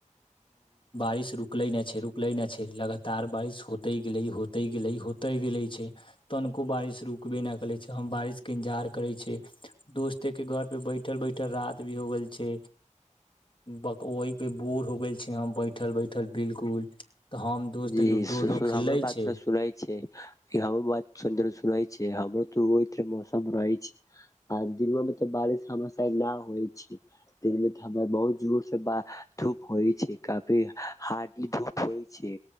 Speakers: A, on the left (about 40°); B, on the left (about 25°).
A: बारिश रुकलै नहि छै रुकलै नहि छै लगातार बारिश होते गेलै होते गेलै होते गेले छै तनिको बारिश रुकबे नहि कै छै हम बारिशके इन्तजार करै छियै दोस्ते के घर पे बैठल बैठल रात भी हो गेल छै वहि पे बोर हो गेल छै हम बैठल बैठल बिलकुल तऽ हम दोस्त
B: जी।
A: लूडो
B: से
A: उडो खेलै
B: हमरो बात
A: छै
B: जोड़ा सुनाइ छै। हमरो बात सुन द सुनाइ छै। हमरो तऽ ओहिके मौसम रहै छै आ दिनोमे तऽ बारिश हमेशा ना होइ छै। दिनमे त हमर बहुत जोर से बा धूप होइ छै। काफी हार्ड ई बला होइ छै।